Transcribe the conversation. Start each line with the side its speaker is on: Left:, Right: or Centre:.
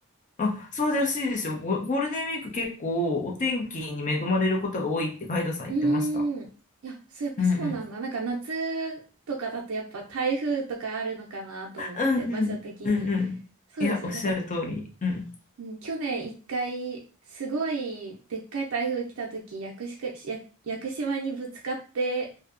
Left: あ、そうらしいですよ。ゴゴールデンウィーク結構お天気に恵まれることが多いってガイドさん言ってました。
Right: うーん。いや、そう、やっぱそうなんだ。
Left: うんうん。
Right: なんか夏とかだとやっぱ台風とかあるのかなと思って、
Left: うんうん、
Right: 場所的に。
Left: うんうん。
Right: そうですよ。
Left: いや、おっしゃる通り。
Right: なんか
Left: うん。
Right: うん、去年一回、すごいでっかい台風来た時、屋久島、屋屋久島にぶつかって、